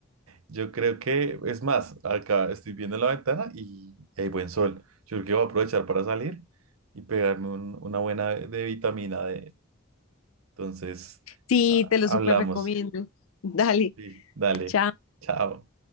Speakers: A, on the right; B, on the left.
A: Yo creo que, es más, acá estoy viendo la ventana y hay buen sol. Yo creo que voy a aprovechar para salir y pegarme un- una buena de vitamina D. Entonces,
B: Sí,
A: a-
B: te lo súper
A: hablamos.
B: recomiendo. <laughs> Dale,
A: Sí. Dale,
B: chao.
A: chao.